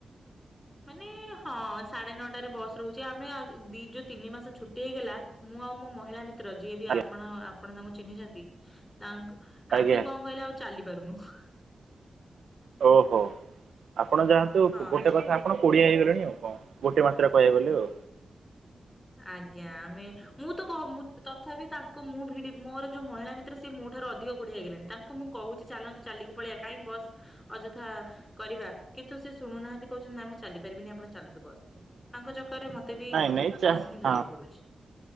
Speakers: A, on the left; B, on the right.
A: ମାନେ ହଁ ସାଢେ ନଅଟାରେ ବସ୍ ରହୁଛି ଆମେ ଦି ଯୋଉ ତିନି ମାସ ଛୁଟି ହେଇଗଲା ମୁଁ ମୁଁ ଆଉ ମହିଳା ଯିଏ ବି
B: ଆଜ୍ଞା
A: ଆପଣ ଆପଣ ତାଙ୍କୁ ଚିହ୍ନିଛନ୍ତି ତାଙ୍କୁ,
B: ଆଜ୍ଞା
A: ଆମେ କଣ କହିଲେ ଆଉ ଚାଲି କରନୁ <unintelligible>
B: ଓହୋ, ଆପଣ ଯାଆନ୍ତୁ
A: ହଁ
B: ଗୋଟେ
A: ଏ
B: କଥା ଆପଣ କୋଡିଆ ହେଇଗଲେଣି ଆଉ କଣ, ଗୋଟେ ମାତ୍ରାରେ କହିବାକୁ ଗଲେ ଆଉ
A: ଆଜ୍ଞା, ଆମେ ମୁଁ ତଥାପି ତାଙ୍କୁ ମୁଁ ଭିଡି ମୋର ଯୋଉ ମହିଳା ମିତ୍ର ସିଏ ମୋ ଠାରୁ ଅଧିକ କୁଡିଆହେଇଗଲାଣି ତାଙ୍କୁ ମୁଁ କହୁଛି କିଛି ଚାଲନ୍ତୁ ଚାଲିକି ପଳେଇଆ କାଇହିଁ ବସ ଅଯଥା କରିବା କିନ୍ତୁ ସେ ଶୁଣୁନାହାନ୍ତି, କହୁଛନ୍ତି ନା ମୁଁ ଚାଲି ପାରିବିନି, ଆପଣ ଚାଲନ୍ତୁ ବସରେ, ତାଙ୍କ କରେ ମତେ ବି
B: ନାଇଁ ନାଇଁ ହଁ
A: ବସ୍ ହିଁ ଧରିବାକୁ ପଡୁଛି